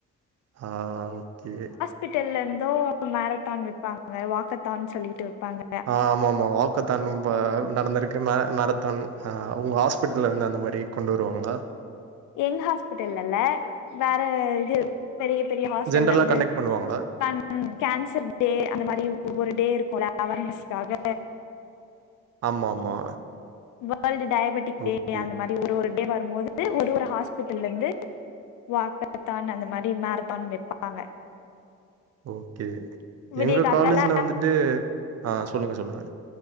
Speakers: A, on the right; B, on the left.
A: ஆ ஓக்கே
B: பிட்டல்லர்ந்தும் மேரத்தான் வெப்பாங்க வாக்கத்தான் சொல்லிட்டு வெப்பாங்க
A: ஆ ஆமா ஆமா வாக்கத் தா நம்ப நடந்துருக்கு மேரத்தான் உங்க ஹாஸ்பிட்லருந்து அந்த மாரி கொண்டு வருவாங்ளா
B: எங் ஹாஸ்பிட்டல்லல்ல வேற இது பெரிய பெரிய ஹாஸ்டல்லருந்து
A: ஜென்ரலா கண்டக்ட் பண்ணுவாங்களா
B: கண் ம் கேன்சர் டே அந்த மாரி ஒவ்வொரு டே இருக்கும்ல அவர்னஸ்க்காக
A: ஆமா ஆமா
B: வோர்ல்ட்டு டயபெட்டிக் டே
A: ஓகே
B: அந்த மாரி ஒரு ஒரு டே வரும்மோது ஒரு ஒரு ஹாஸ்பிட்டல்லந்து வாக்கத்தான் அந்த மாரி மேரத்தான் வெப்பாங்க
A: ஓக்கே
B: விடிய
A: எங்க
B: காத்தால
A: காலேஜ்ல வந்துட்டு ஆ சொல்லுங்க சொல்லுங்க